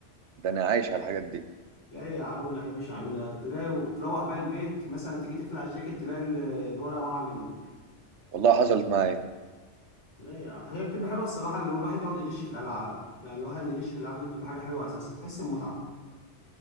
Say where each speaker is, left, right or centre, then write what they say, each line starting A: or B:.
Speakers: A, on the right (about 70°); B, on the left (about 80°).
A: ده انا عايش على الحاجات دي
B: لا يا عم أنا ما أحبش أعملها تلاقي تروح بقى البيت مثلا تيجي تخلع الجاكيت تلاقي ال- الورقة واقعة مني
A: والله حصلت معايا
B: لا يا عم. هي بتبقى حلوة الصراحة لو الواحد يقعد يغش في الألعاب يعني الواحد اللي يغش في الألعاب دي بتبقى حاجة حلوة أساسا بتحس بمتعة